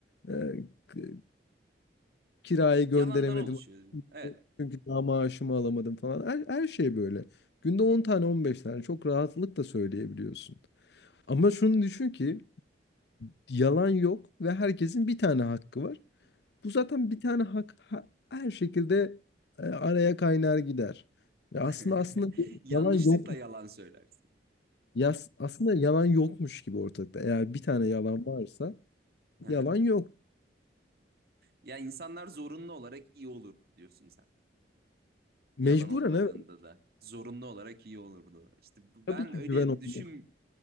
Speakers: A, on the left; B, on the right.
A: e, k- kirayı
B: Yalandan
A: gönderemedim
B: oluşuyor. Evet.
A: çünkü daha maaşımı alamadım falan her, her şey böyle. Günde on tane on beş tane çok rahatlıkla söyleyebiliyorsun. Ama şunu düşün ki yalan yok ve herkesin bir tane hakkı var. Bu zaten bir tane hak ha- her şekilde e, araya kaynar gider. Ve
B: <laughs>
A: aslında aslında bu
B: Yanlışlıkla
A: yalan yok.
B: yalan söylersin.
A: Yas, aslında yalan yokmuş gibi ortalıkta. Eğer bir tane yalan varsa
B: Hı
A: yalan
B: hı.
A: yok.
B: Ya insanlar zorunlu olarak iyi olur diyorsun sen.
A: Mecburen
B: Yalan olmadığında
A: evet.
B: da zorunlu olarak iyi olurdu. İşte ben
A: Tabii ki
B: öyle
A: güven olmuyor.
B: düşün